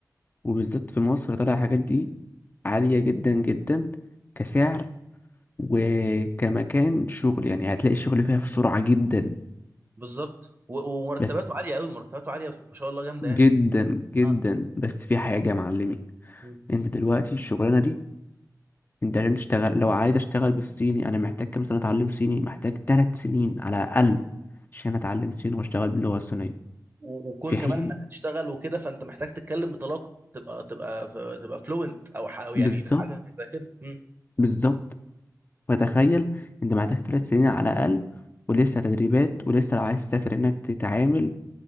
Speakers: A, on the left; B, on the right.
A: وبالذات في مصر طالع حاجات دي عالية جدا جدا كسعر وكمكان شغل يعني هتلاقي الشغل فيها بسرعة جدا
B: بالظبط و- ومرتباته
A: بس
B: عاليه قوي مرتباته عاليه ما شاء الله جامده
A: جدا
B: يعني
A: جدا
B: اه
A: بس في حاجة يا معلمي
B: مم.
A: انت دلوقتي الشغلانة دي انت عشان تشتغل لو عايز اشتغل بالصيني انا محتاج كام سنة اتعلم صيني محتاج ثلاث سنين على الاقل عشان اتعلم صيني واشتغل باللغة الصينية
B: و- وكون
A: في
B: كمان
A: حين
B: انك هتشتغل وكده فانت محتاج تتكلم بطلاقه تبقى تبقى تبقى فلوينت او ح- أو يعني
A: بالظبط
B: حاجه زي كده مم.
A: بالظبط فتخيل انت محتاج ثلاث سنين على الاقل ولسه تدريبات ولسه لو عايز تسافر انك تتعامل